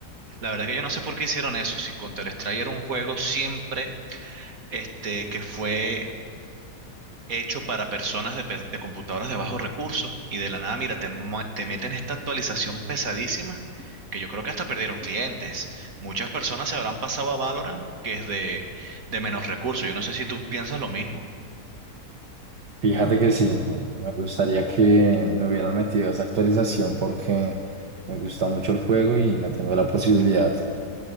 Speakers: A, on the right; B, on the right.
A: La verdad que yo no sé por qué hicieron eso, si Counter-Strike era un juego siempre este, que fue hecho para personas de, pe- de computadoras de bajos recursos y de la nada, mira, te, mo- te meten esta actualización pesadísima que yo creo que hasta perdieron clientes. Muchas personas se habrán pasado a Valorant, que es de, de menos recursos. Yo no sé si tú piensas lo mismo,
B: Fíjate que sí, me gustaría que no hubieran metido esa actualización porque me gusta mucho el juego y no tengo la posibilidad.